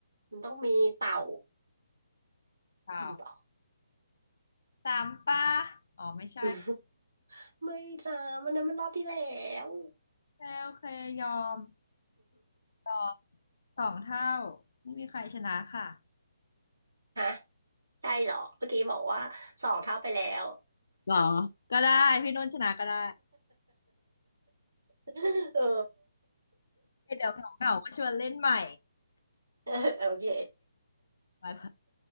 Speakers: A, on the right; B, on the left.
A: มันต้องมีเต่า
B: ข่าว
A: มีเปล่า
B: สามป้าอ๋อไม่ใช่
A: <laughs> ไม่จ้า มันนั้นมันรอบที่แล้ว
B: โอเคโอเคยอมตอบสองเท่าไม่มีใครชนะค่ะ
A: <laughs> ฮะ ใช่เหรอเมื่อกี้บอกว่าสองเท่าไปแล้ว
B: เหรอ ก็ได้พี่นุ่นชนะก็ได้
A: <laughs> เออ
B: เดี๋ยวเหงาๆก็ชวนเล่นใหม่
A: <laughs> โอเค
B: ไป